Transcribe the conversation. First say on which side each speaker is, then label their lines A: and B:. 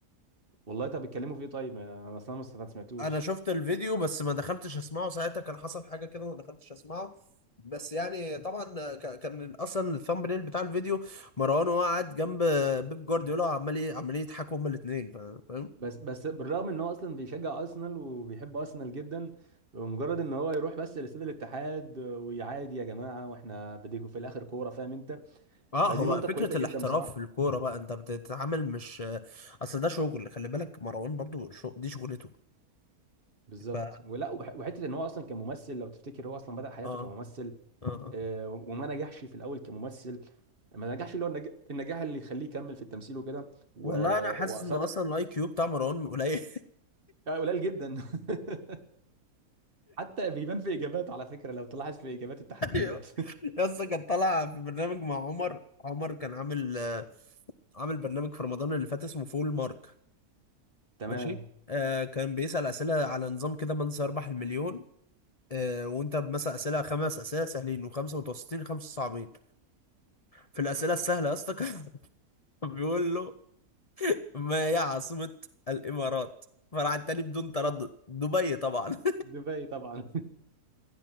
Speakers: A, on the right (about 35°); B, on the left (about 40°).
A: والله طب بيتكلموا في ايه طيب انا اصلا ما است- ما سمعتوش
B: انا شفت الفيديو بس ما دخلتش اسمعه ساعتها كان حصل حاجه كده وما دخلتش اسمعه بس يعني طبعا ك- كان اصلا الثامب نيل بتاع الفيديو مروان وهو قاعد جنب بيب جوارديولا وعمال ي- عمالين يضحكوا هما الاثنين فاهم
A: بس بس بالرغم ان هو اصلا بيشجع ارسنال وبيحب ارسنال جدا مجرد ان هو يروح بس لاستاد الاتحاد ويعادي يا جماعه واحنا بديكوا في الاخر كوره فاهم انت
B: اه
A: فدي
B: هو
A: نقطه
B: فكره
A: كويسه جدا
B: الاحتراف
A: بصراحه
B: في الكوره بقى انت بتتعامل مش اصل ده شغل خلي بالك مروان برضو شو... دي شغلته
A: بالظبط
B: ف اه
A: ولا وح- وحته ان هو اصلا كممثل لو تفتكر هو اصلا بدأ حياته
B: اه
A: كممثل
B: اه.
A: آه، وما نجحش في الاول كممثل ما نجحش اللي هو النج- النجاح اللي يخليه يكمل في التمثيل وكده و...
B: والله انا حاسس
A: واصر
B: ان اصلا الاي كيو بتاع مروان قليل
A: آه، قليل جدا <laughs> حتى بيبان في اجابات على فكره لو تلاحظ في اجابات التحديات
B: <laughs> يس كان طالع في برنامج مع عمر عمر كان عامل آه، عامل برنامج في رمضان اللي فات اسمه فول مارك
A: <laughs> تمام
B: ماشي آه كان بيسأل أسئلة على نظام كده من سيربح المليون آه وانت مثلا أسئلة خمس أسئلة سهلين وخمسة متوسطين خمسة صعبين في الأسئلة السهلة يا اسطى كان <laughs> بيقول له ما هي عاصمة الإمارات فراح التاني بدون تردد دبي طبعا <laughs>
A: دبي طبعا